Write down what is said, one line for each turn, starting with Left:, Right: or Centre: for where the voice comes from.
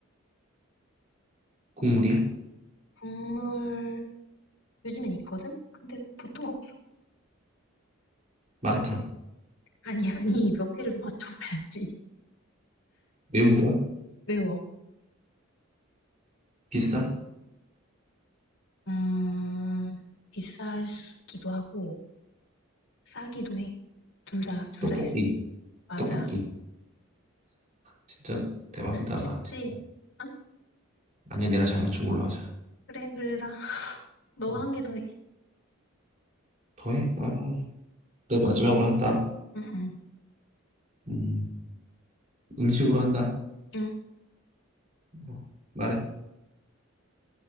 Right: 국물이야?
Left: 국물, 요즘엔 있거든? 근데 보통 없어.
Right: 마라탕.
Left: 아니, 아니, 몇 개를 더 맞춰봐야지. <laughs>
Right: 매운 거야?
Left: 매워.
Right: 비싸?
Left: 음, 비싸기도 하고, 싸기도 해. 둘 다, 둘
Right: 떡볶이.
Left: 다 있어. 맞아.
Right: 떡볶이. 진짜 대박이다,
Left: 쉽지?
Right: 나 진짜.
Left: 어?
Right: 아니야, 내가 잘 맞춘 걸로 하자.
Left: 그래, 그래라. <laughs> 너가
Right: 응.
Left: 한 개 더 해.
Right: 더해? 아, 내 마지막으로 한다.
Left: 응, 응,
Right: 음. 음식으로 한다.
Left: 응,
Right: 어, 말해.